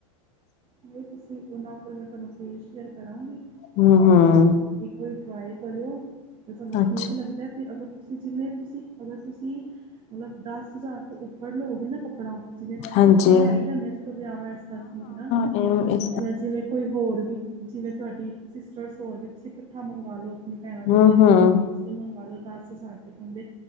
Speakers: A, on the right; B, on the left.
A: ਨਹੀਂ, ਤੁਸੀਂ ਉਹਨਾਂ ਕੋਲ ਮੈਂ ਤੁਹਾਨੂੰ ਪੇਜ ਸ਼ੇਅਰ ਕਰਾਂਗੀ।
B: ਹੂੰ ਹੂੰ
A: ਤੁਸੀਂ ਇੱਕ ਵਾਰੀ ਟਰਾਈ ਕਰਿਓ। ਜੇ ਤੁਹਾਨੂੰ
B: ਅੱਛਾ
A: ਠੀਕ ਲੱਗਦਾ ਤੇ ਅਗਰ ਤੁਸੀਂ ਜਿਵੇਂ ਤੁਸੀਂ, ਅਗਰ ਤੁਸੀਂ ਮਤਲਬ, ਦਸ ਹਜ਼ਾਰ ਤੋਂ ਉੱਪਰ ਲੋਗੇ ਨਾ ਕੱਪੜਾ ਜਿਵੇਂ
B: ਹਾਂਜੀ
A: ਕੱਠੇ ਲੈ ਈ ਲਨੇ ਆ ਚਲੋ ਵਿਆਹ ਵਾਸਤੇ ਅਸੀਂ ਹਨਾ।
B: ਹੂ
A: ਜਾਂ ਜਿਵੇਂ ਕੋਈ ਹੋਰ ਵੀ, ਜਿਵੇਂ ਤੁਹਾਡੀ ਸਿਸਟਰਸ ਹੋਰ ਵੀ ਤੁਸੀਂ ਇਕੱਠਾ ਮੰਗਵਾ ਲਓ। ਭੈਣਾਂ
B: ਹੂੰ
A: ਦੇ ਵੀ ਆ
B: ਹੂੰ
A: ਸੇਮ ਪੇਸ ਤੋਂ ਮੰਗਵਾ ਲਓ ਦਸ ਹਜ਼ਾਰ ਤੱਕਨ ਦੇ